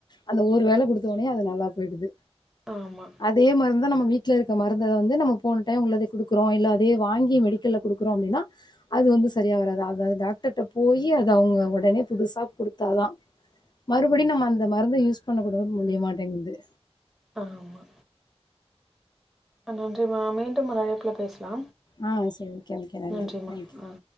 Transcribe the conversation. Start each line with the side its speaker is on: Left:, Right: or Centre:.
Left: அந்த ஒரு வேல குடுத்த ஒட்னே அது நல்லா பொய்டுது
Centre: ஆமா
Left: அதே மருந்துதா நம்ம வீட்ல இருக்க மருந்த அத வந்து நம்ம போன டைம் உள்ளத குடுக்குறோ இல்ல அதே வாங்கி மெடிக்கல்ல குடுக்குறோ அப்டின்னா அது வந்து சரியா வராது அத டாக்டர்ட போய் அது அவுங்க ஒடனே புதுசா குடுத்தாதா மறுபடியு நம்ம அந்த மருந்த யூஸ் பண்ண கூட முடியமாட்டேங்குது
Centre: ஆமா அ நன்றிம்மா மீண்டும் ஒரு அழைப்புல பேசலா
Left: ஆ சரி ஓகே ஓகே நன்றி
Centre: நன்றிம்மா
Left: தேங்க்யூ
Centre: ஆ